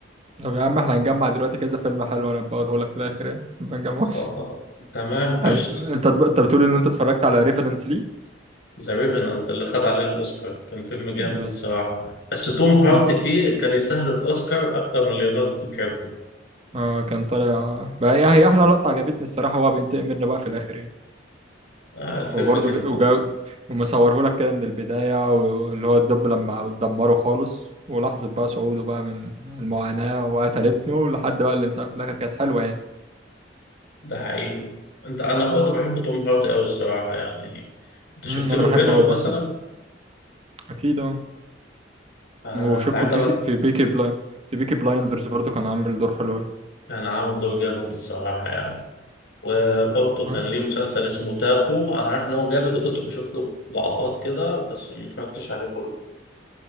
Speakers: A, on the right (about 35°); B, on the left (about 75°).
A: طب يا عم احنا هنجمع دلوقتي كذا فيلم حلو انا بقوله لك في الاخر يعني بنجمع
B: خلاص. تمام
A: طب
B: قشطه
A: انت انت بتقول ان انت اتفرجت على ريفرنت ليه
B: ذا ريفنانت اللي خد عليه الاوسكار كان فيلم جامد
A: بس
B: الصراحه بس توم هارت
A: اه
B: فيه كان يستاهل الاوسكار اكتر من ليوناردو دي كابريو
A: آه كان طالع بقى يعني هي احلى لقطه عجبتني الصراحه هو بينتقم منه بقى في الاخر يعني
B: آه الفيلم
A: وبرضه
B: كان
A: ج- وجا ومصوره لك كده من البدايه واللي هو الدب لما دمره خالص ولحظه بقى صعوده بقى من المعاناه وقتل ابنه لحد بقى الانتقام في الاخر كانت حلوه يعني
B: ده حقيقي انت انا برضه بحب توم هارت قوي الصراحه يعني انت شفت
A: امم انا
B: له
A: بحبه
B: فينوم
A: قوي برضه
B: مثلا
A: اكيد اه
B: آه
A: وشفته
B: انت عجبك
A: بيكي في بيكي بلاين في بيكي بلايندرز برضه كان عامل دور حلو قوي
B: كان عامل دور جامد الصراحه يعني وبرضه
A: اه
B: كان ليه مسلسل اسمه تابو انا عارف ان هو جامد وكنت بشوف له لقطات كده بس ما اتفرجتش عليه كله